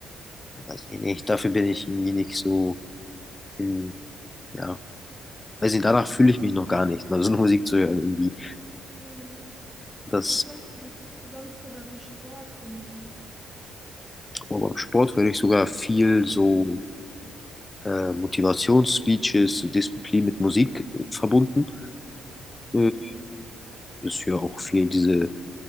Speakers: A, on the left (about 20°); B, in the centre.
A: weiß ich nicht. Dafür bin ich irgendwie nicht so in, ja, weiß nicht, danach fühle ich mich noch gar nicht, also <laughs> so Musik zu hören irgendwie.
B: Mhm.
A: Das,
B: Was hörst du denn sonst so beim Sport für Musik?
A: aber beim Sport höre ich sogar viel so äh, Motivationsspeeches, so Disziplin mit Musik äh, verbunden. Äh,
B: Mhm.
A: ist hier auch viel diese,